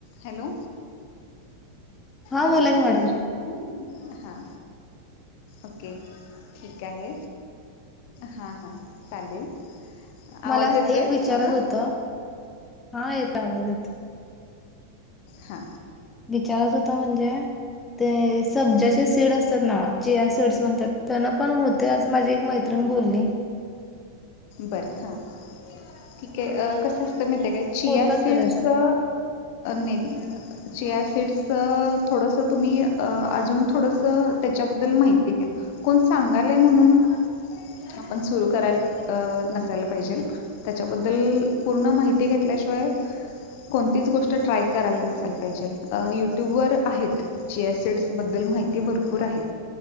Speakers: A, on the left (about 45°); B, on the left (about 15°).
A: Hello हा
B: बोला की मॅडम
A: ब हां ओके ठीक आहे हां हां चालेल
B: मला
A: आवाज येतोय
B: एक विचारच
A: माझा
B: होत हा येत आवाज येत
A: हा
B: विचारत होत म्हणजे ते सब्ज्याचे
A: हं,
B: सीड असतात ना ज सीड्स म्हणतात त्यान पण होते असं माझी एक मैत्रिण बोलली
A: बरं हा ठीक आहे कसं ते म्हणता काय चिया
B: होतात
A: सिड
B: का त्याच्या
A: च नाहि चिया सीटस थोडंसं तुम्ही अजून थोडंसं त्याच्याबद्दल माहिती घ्या कोण सांगालय म्हणून आपण सुरू कराल नसायला पाहिजे त्याच्याबद्दल पूर्ण माहिती घेतल्याशिवाय कोणतीच गोष्ट ट्राय करायला नसायला पाहिजे यूट्यूबवर आहेत जि या सिड्सबद्दल माहिती भरपूर आहे